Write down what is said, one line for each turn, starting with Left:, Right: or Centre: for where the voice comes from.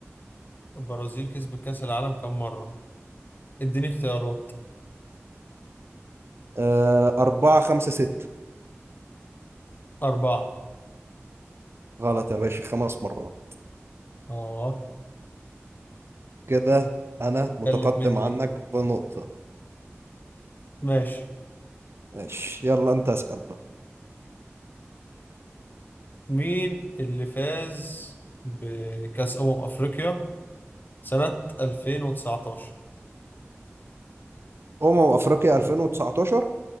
Left: البرازيل كسبت كأس العالم كام مرة؟ اديني اختيارات
Right: آه أربعة خمسة ستة
Left: أربعة
Right: غلط يا باشا خمس مرات
Left: آه
Right: كده أنا متقدم
Left: كلت مني
Right: عنك
Left: دي
Right: بنقطة
Left: ماشي
Right: ماشي يلا أنت اسأل بقى
Left: مين اللي فاز بكأس أمم أفريقيا سنة 2019
Right: امم افريقيا 2019